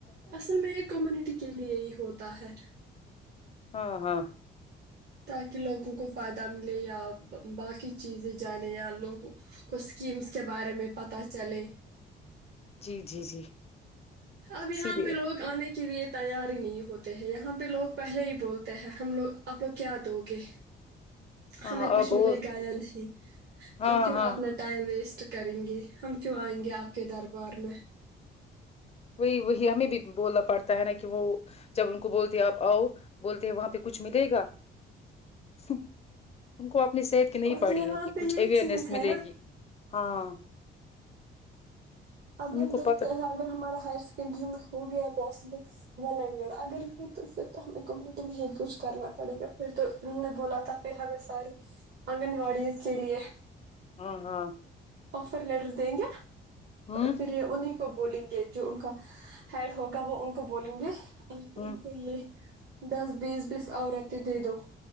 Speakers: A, on the right; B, on the left.
A: اصل میں ایک کمیونٹی کے لیے ہی ہوتا ہے
B: ہاں ہاں
A: تاکہ لوگوں کو فائدہ ملے یا باقی چیزیں جانیں یا لوگوں کو اسکیمس کے بارے میں پتہ چلے
B: جی جی جی
A: اب یہاں
B: اسی لیے
A: پہ لوگ آنے کے کے لیے تیار ہی نہیں ہوتے ہیں یہاں پہ لوگ پہلے ہی بولتے ہیں ہم لوگ آپ لوگ کیا دو گے
B: ہاں
A: ہمیں کچھ
B: اب وہ
A: ملے گایا نہیں
B: ہاں
A: ہم کیوں
B: ہاں
A: اپنا ٹائم ویسٹ کریں گے ہم کیوں آئیں گے آپ کے دربار میں
B: وہی وہی ہمیں بھی بولنا پڑتا ہے نا کہ وہ جب ان کو بولتے ہیں آپ آؤ بولتے ہیں وہاں پہ کچھ ملے گا ان کو آپ اپنی صحت کی نہیں
A: اور
B: پڑی
A: یہاں
B: ہے کہ
A: پہ
B: کچھ
A: یہ
B: اوئرنیس
A: چیز
B: ملے
A: ہے نا
B: گی ہاں
A: اب
B: ان
A: ہم
B: کو
A: دیکتے
B: پتا
A: ہیں اگر ہمارا ہائر سیکڈری میں ہو گیا پوسبل ول ا گ اگر نہیں تو پھر تو ہمیں کمیونٹی میں ہی کچھ کرنا پڑے گا پھر تو انہوں نے بولا تھا پھر ہمیں ساری آنگن واڑی کے لیے
B: ہاں ہاں
A: آفر لڈر دیں گے
B: ہوں
A: فریے ان نے <unintelligible> کو بولیں گے جو ان کا ہیڈ ہوگا وہ ان کو بولیں گے ایک
B: ہوں
A: ان کو یہ <unintelligible> دس بیس بیس عورتیں دے دو